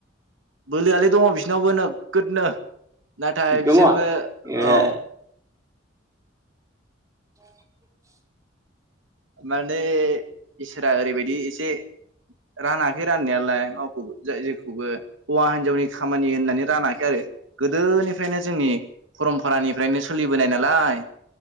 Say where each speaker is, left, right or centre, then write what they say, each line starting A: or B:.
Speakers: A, on the right; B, on the right.
A: बोलोआलाय दंङ बिसिनावबो नोगोदनो नाथाय
B: दङ
A: बिसोरबो औ।
B: ए <inaudible>
A: माने इसोरा ओरैबायदि जे रानाखै राननायालाय जाय जेखौबो हौवा-हिनजावनि खामानि होननानै रानाखै आरो गोदोनिफ्रायनो जोंनि परमपरानिफ्रायनो सोलिबोनाय नालाय।